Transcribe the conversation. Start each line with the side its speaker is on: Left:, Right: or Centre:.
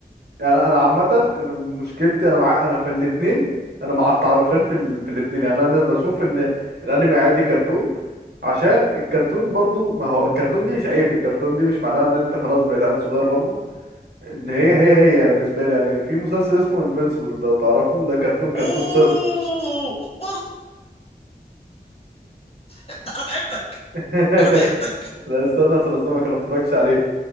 Right: انا انا عامه أنا مشكلتي انا مع انا في الاثنين انا مع التعرفين في ال... في الاثنين يعني انا بشوف ان الانمي عادي كرتون عشان الكرتون برضو ما هو الكرتون دي مش عيب الكرتون دي مش معناها ان انت خلاص بقيت عيل صغير برضو ان هي هي هي بالنسبه لي يعني في مسلسل اسمه انفينسيبل لو تعرفه ده كرتون كرتون
Left: اوه
Right: صرف
Left: مرت انت انا بحبك
Right: <laughs>
Left: انا بحبك
Right: لا استنى استنى اصدمك انا ما اتفرجتش عليه